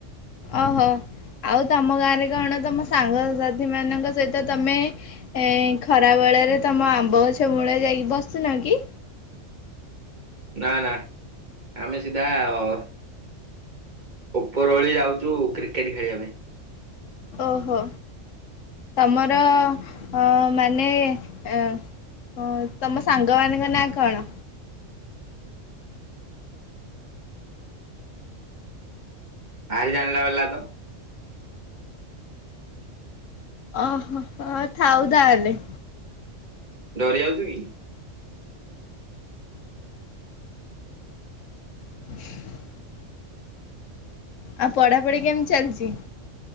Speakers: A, on the left (about 75°); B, on the right (about 35°).
A: ଓହୋ ଆଉ ତମ ଗାଁରେ କଣ ତମ ସାଙ୍ଗସାଥି ମାନଙ୍କ ସହିତ ତମେ ଏଁ ଖରାବେେଳରେ ତମ ଆମ୍ବ ଗଛ ମୂଳେରେ ଯାଇକି ବସୁନ କି?
B: ନା ନା ଆମେ ସିଧା ଅ ଉପର ବୋଳି ଯାଉଚୁ କ୍ରିକେଟ ଖେଳିବା ପାଇଁ।
A: ଓହୋ ତମର ଅ ମାନେ ଏଁ ହଁ ତମ ସାଙ୍ଗମାନଙ୍କ ନାଁ କଣ?
B: ଭାରି ଜାଣିଲା ବାଲା ତ।
A: ଓହୋ ହୋ ଥାଉ ତାହେଲେ।
B: ଡରି ଯାଉଚୁ କି?
A: <inaudible> ଆଉ ପଢାପଢି କେମିତି ଚାଲିଚି?